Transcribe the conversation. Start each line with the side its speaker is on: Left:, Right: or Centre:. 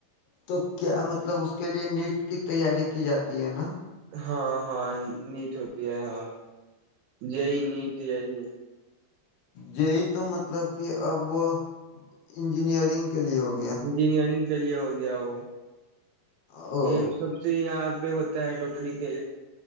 Left: تو کیا مطلب اس کے لیے نیٹ کی تیاری کی جاتی ہے نا
Right: ہاں ہاں نیچ ہوتی ہے ہاں یہی نیٹ یہی
Left: جی تو م مطلب کہ اب وہ انجینئرنگ کے لیے ہوگا
Right: انجینئرنگ کے لیے ہو گیا وہ
Left: او
Right: یہ سب سے ار پہ ہوتا ہے ڈوٹری کے